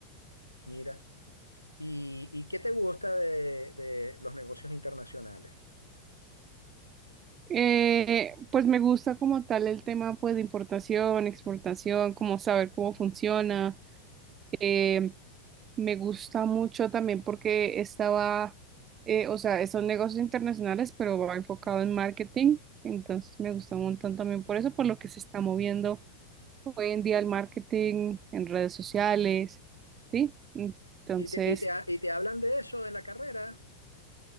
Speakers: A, on the left; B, on the right.
A: Mira. ¿Y, y qué te gusta de, de los negocios internacionales?
B: Eh, pues me gusta como tal el tema pues de importación, exportación, como saber cómo funciona. em, Me gusta mucho también porque estaba, eh, o sea, son negocios internacionales, pero va enfocado en marketing. Entonces me gusta un montón también por eso, por lo que se está moviendo hoy en día el marketing en redes sociales, ¿sí? Entonces,
A: ¿Y te, y te, ha- y te hablan de eso en la carrera?